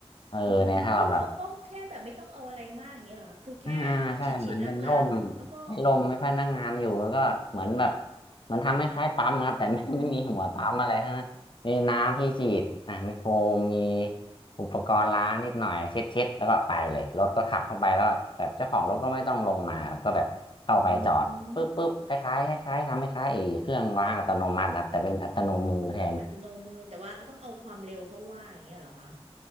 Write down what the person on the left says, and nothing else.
เออเนี่ยถ้าเราแบบ
อ่าใช่เหมือนเป็นร่ม
ให้ร่มให้พนักงานอยู่แล้วก็เหมือนแบบมันทำให้คล้ายปั๊มครับแต่ไม่ <laughs>
ไม่มีหัวปั๊มอะไรทั้งนั้นมีน้ำที่ฉีดอ่ามีโฟมมีอุปกรณ์ล้างนิดหน่อยเช็ดเช็ดแล้วก็ไปเลยรถก็ขับเข้าไปแล้วก็แบบเจ้าของรถก็ไม่ต้องลงมาครับก็แบบเข้าไปจอดปุ๊บปุ๊บคล้ายๆคล้ายๆทำให้คล้ายๆไอ้เครื่องล้างอัตโนมัตินะครับแต่เป็นอัตโนมือแทน